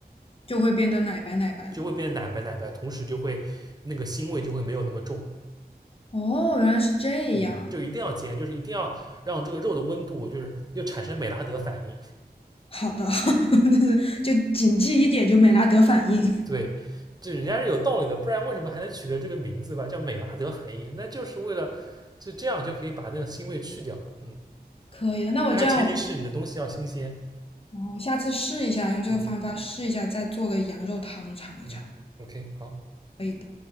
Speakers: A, on the left; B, on the right.
A: 就会变得奶白奶白的。
B: 就会变奶白奶白，同时就会那个腥味就会没有那么重。
A: 哦，原来是这样。
B: 嗯，就一定要煎，就是一定要让这个肉的温度，就是又产生美拉德反应。
A: 好的，<laughs> 就是就谨记一点，就美拉德反应。
B: 对，就人家是有道理的，不然为什么还能取个这个名字吧，叫美拉德反应？那就是为了就这样就可以把那个腥味去掉。嗯，
A: 可以的，那我这样我，
B: 当然前提是你的东西要新鲜。
A: 嗯我下次试一下，用这个方法试一下，
B: 嗯
A: 再做个羊肉汤尝一尝，
B: 嗯，OK，好。
A: 可以的。